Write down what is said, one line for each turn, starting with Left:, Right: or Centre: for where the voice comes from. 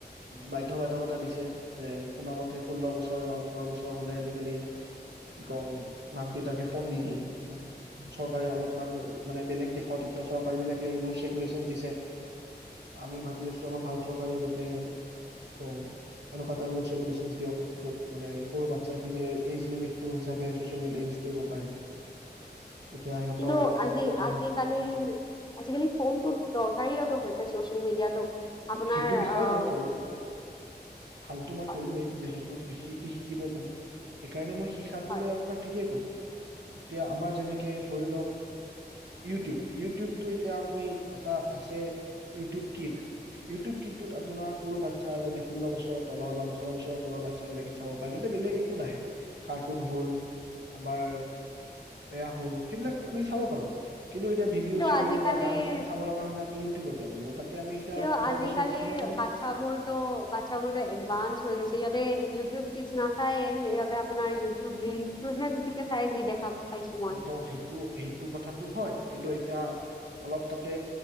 Right: বাধ্য বাধকতা দিছে যে শুনা মতে, ষোল্ল বছৰ বা ওঠৰ বছৰ হলে আজিকালি কি কওঁ মাক দেউতাকে ফোন দি দিয়ে ৷ চৰকাৰে অলপমান মানে বেলেগ দেশত এতিয়া চৰকাৰবিলাকে ৰুলচ-ৰেগুলেশনচ দিছে। আমি ভাবি আছো আমাৰ ভাৰত চৰকাৰেও যাতে কি কওঁ, এনেকুৱা এটা ৰুলচ-ৰেগুলেচনচ দিয়ক, য'ত মানে সৰু বাচ্ছাখিনিৰ এইজ লিমিটটো হিচাপে চচিয়েল মিডিয়া ইউজ কৰিব পাৰে তেতিয়া সিহঁতৰ
Left: কিন্তু
Right: ইয়াতো
Left: আজি-আজিকালি,
Right: ভাল হয়
Left: আজিকালি ফোনটো দৰকাৰীয়োটো হৈছে। এ চচিয়েল মিডিয়াটো আপোনাৰ
Right: সেইটো বিষয়ে
Left: আহ
Right: মই কলো ভালতো মই
Left: হয়
Right: কলোৱে যে তৌ বিশেষ দি <unintelligible> শিকিব পাৰি। সেইকাৰণে মই শিখাটো
Left: হয়
Right: লৈ আপোনাক ঠিকেই কৈছো। এতিয়া আমাৰ যেনেকে ধৰি লওক ইউটিউব - ইউটিউব টো এতিয়া আপুনি এটা আছে ইউটিউব কিড, ইউটিউব কিডটোত আপোনাৰ সৰু বাচ্ছা যেনে ষোল্ল বছৰৰ তলৰ বা ওঠৰ বছৰৰ তলৰ বাচ্ছা বিলাকে চাব পাৰে তাতে বেলেগ একো নাহে কাৰ্টুন হল আমাৰ এয়া হল সেইবিলাক আমি চাব পাৰো৷ কিন্তু এতিয়া ভিডিঅ
Left: কিন্তু
Right: চিডিঅ
Left: আজিকালিৰ
Right: বা গান চান চাব লগা হ'লে আমি যাব লাগিব তাতে আমি এতিয়া
Left: কিন্তু
Right: ওঠৰ
Left: আজিকালিৰ
Right: বছৰ ওপৰত হলে চাব
Left: বাচ্ছা বোৰতো বাচ্ছা বোৰতো এডভান্স হৈ গৈছে সিহঁতে ইউটিউব কিন্তু নাচায়ে সিহঁতে আপোনাৰ ইউটিউব ৰিল টোহে বেছিকে চাই যি দেখা পাইছো মই
Right: কিন্তু সেইটো সেইটো কথাটো হয় কিন্তু এতিয়া অলপ তাতে